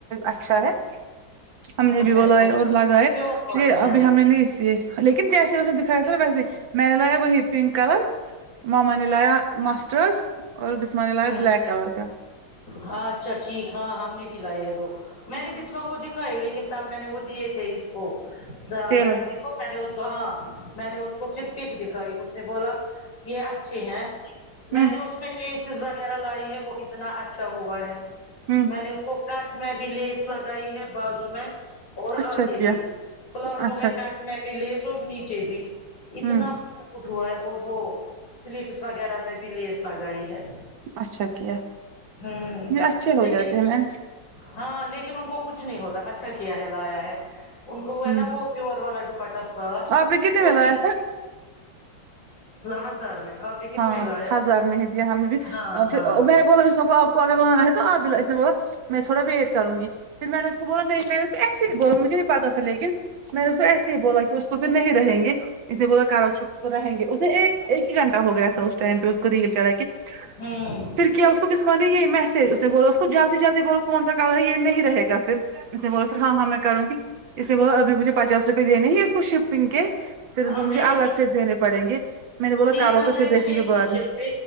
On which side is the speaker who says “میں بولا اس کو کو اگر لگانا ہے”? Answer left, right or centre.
Right